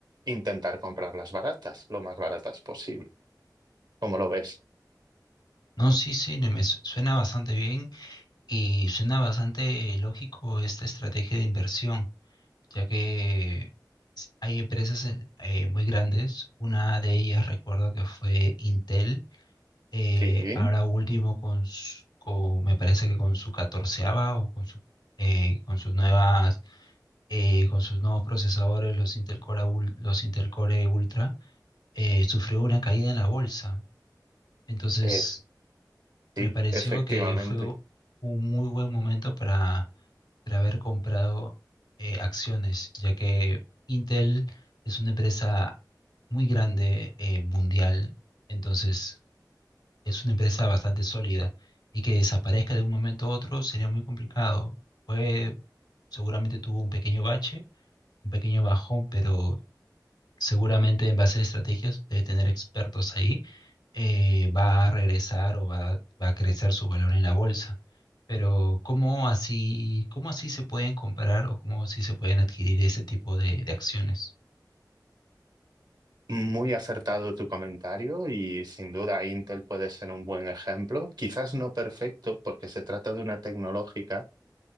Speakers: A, on the right; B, on the left.
A: intentar comprarlas baratas, lo más baratas posible. ¿Cómo lo ves?
B: No, sí, sí, no, me su- suena bastante bien y suena bastante lógico esta estrategia de inversión, ya que s- hay empresas eh, eh, muy grandes. Una de ellas recuerdo que fue Intel eh,
A: Sí,
B: ahora último con, su- con- me parece que con su catorceava o con su eh, con sus nuevas eh, con sus nuevos procesadores los Intel Core Ul- los Intel Core Ultra eh, sufrió una caída en la bolsa entonces
A: eh, sí,
B: me pareció
A: efectivamente.
B: que fue un muy buen momento para, para haber comprado eh, acciones ya que Intel es una empresa muy grande eh, mundial entonces es una empresa bastante sólida y que desaparezca de un momento a otro sería muy complicado. Fue, seguramente tuvo un pequeño bache, un pequeño bajón, pero seguramente en base a estrategias de tener expertos ahí, eh, va a regresar o va, va a crecer su valor en la bolsa. Pero ¿cómo así, cómo así se pueden comparar o cómo así se pueden adquirir ese tipo de, de acciones?
A: Muy acertado tu comentario y sin duda Intel puede ser un buen ejemplo. Quizás no perfecto porque se trata de una tecnológica